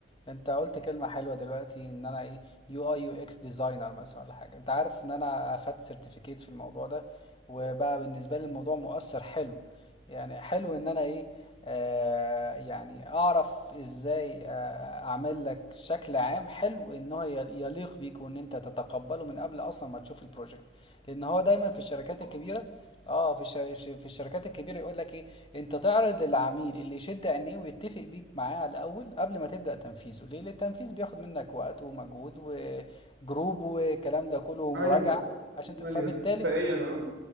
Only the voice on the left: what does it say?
انت قلت كلمة حلوة دلوقتي ان انا ايه يو اي يو اكس ديزاينر مثلا ولا حاجة انت عارف ان انا اخدت سيرتيفيكيت في الموضوع ده وبقى بالنسبة لي الموضوع مؤثر حلو يعني حلو ان انا ايه آه يعني اعرف ازاي آه اعمل لك شكل عام حلو ان هو يليق بيك وان انت تتقبله من قبل اصلا ما تشوف البروجكت لان هو دايما في الشركات
الكبيره اه في الش... في الشركات الكبيره يقول لك ايه انت تعرض للعميل اللي يشد عينيه ويتفق بيك معاه على الاول قبل ما تبدا تنفيذه ليه لأن التنفيذ بياخد منك وقت ومجهود وجروب والكلام ده كله ومراجعه
عشان ت...
فبالتالي